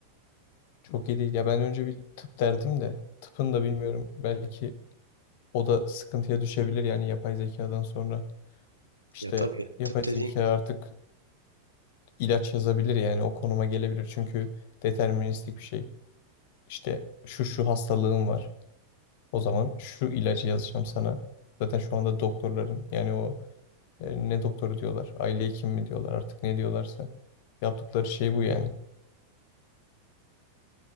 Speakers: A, on the left (about 50°); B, on the right (about 85°).
A: Çok iyi değil. Ya ben önce bir tıp derdim de tıpın da bilmiyorum. Belki o da sıkıntıya düşebilir yani yapay zekadan sonra. İşte
B: Ya tabii
A: yapay
B: tıp dediğin
A: zeka artık ilaç yazabilir yani o konuma gelebilir. Çünkü deterministik bir şey. İşte şu şu hastalığım var. O zaman şu ilacı yazacağım sana. Zaten şu anda doktorların yani o E, ne doktoru diyorlar, aile hekimi mi diyorlar artık ne diyorlarsa. Yaptıkları şey bu yani.